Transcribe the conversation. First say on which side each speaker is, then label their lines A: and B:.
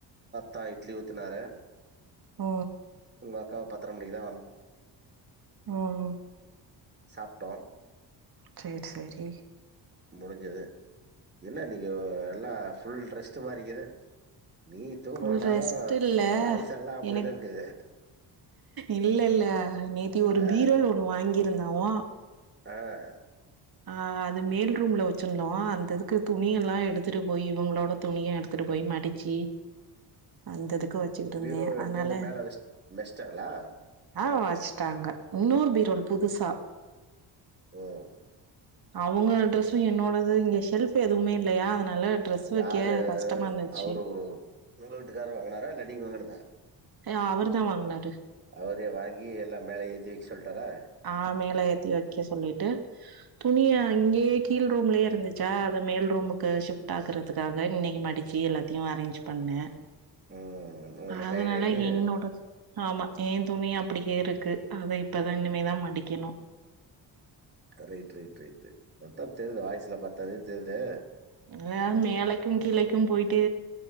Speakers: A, on the right; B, on the right.
A: தா இட்லி ஊத்துனாரு
B: ஆ
A: உ அக்கா பத்தர மணிக்குதா
B: உம்
A: சாப்ட்டோ
B: செர் செரி
A: முடிஞ்சுது என்ன நீங்க எல்லா ச் ஃபுல்ரெஸ்ட்டு மாறிக்குது நீ தூங்கலனாலும்,
B: ஃபுல் ரெஸ்ட் இல்ல
A: வயசு எல்லா அப்படிதான்
B: எனக்கு
A: இருக்குது.
B: இல்ல இல்ல நேத்தி ஒரு
A: ஆ
B: பீரோல் ஒன்னு வாங்கி இருந்தா ஓ
A: அஹ்
B: ஆஹ் அது மேல் ரூம்ல வச்சிருந்தோ, அந்த இதுக்கு துணி எல்லா எடுத்துட்டு போய், இவங்களோட துணிய எடுத்துட்டு போய் மடிச்சி, அந்ததுக் துவச்சுக்கிட்டு இருந்தேன்,
A: பீரோ எடுத்துட்டு
B: அதனால
A: வந்து மேல வச் வச்ட்டாங்களா?
B: ஆ வச்சுட்டாங்க இன்னொரு பீரோல் புதுசா
A: ஓஹ்
B: அவங்க ட்ரெஸ்ஸும் என்னோடது இங்க ஷெல்ஃப் எதுவுமே இல்லையா அதனால ட்ரெஸ் வைக்க
A: யாரு
B: கஷ்டமா இருந்துச்சு
A: அவரு ஏ உங்க வீட்டுக்காரர்வாங்குனாரா, இல்ல நீங்க வாங்கினதா
B: ய அவர்தான் வாங்னாரு
A: அவரே வாங்கி எல்லா மேல ஏத்திவைக்க சொல்லிட்டாரா
B: ஆ மேல ஏத்தி வைக்க சொல்லிட்டு துணிய அங்கேயே கீழ் ரூம்ல இருந்துச்சா, அதமேல் ரூமுக்கு ஷிஃப்ட் ஆகுறதுக்காக இன்னைக்கு மடிச்சு எல்லாத்தையு அரேஞ்ச் பண்ணே
A: ம் அதுல
B: அதனால
A: டயர்ட் ஆயிட்டு
B: என்னோட ஆமா ஏன் துணி அப்டியே இருக்கு, அத இப்பதா இனிமேதா மடிக்கணு
A: ரைட் ரைட் ரைட்டு பாத்தாதெரியுது வாய்ஸ்ல பாத்தாலே தெருதே
B: இல்ல மேலேக்கும் கீழேக்கும் போயிட்டு